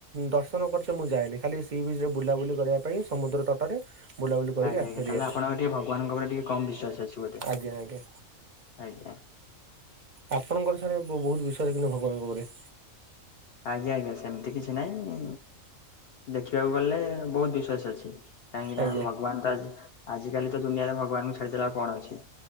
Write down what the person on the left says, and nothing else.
ଆଜ୍ଞା
ଆଜ୍ଞା
ତାହେଲେ ଆପଣଙ୍କର ଟିକେ ଭଗବାନଙ୍କ ଉପରେ ଟିକେ କମ୍ ବିଶ୍ୱାସ ଅଛି ବୋଧେ
ଆଜ୍ଞା।
ଆଜ୍ଞା ଆଜ୍ଞା ସେମିତି କିଛି ନାଇଁ ଦେଖିବାକୁ ଗଲେ ବହୁତ ବିଶ୍ଵାସ ଅଛି। କାହିଁକି ନା
ଭଗବାନ ତା ଆଜିକାଲି ତ ଦୁନିଆରେ ଭଗବାନଙ୍କୁ ଛାଡ଼ିଦେଲେ ଆଉ କଣ ଅଛି।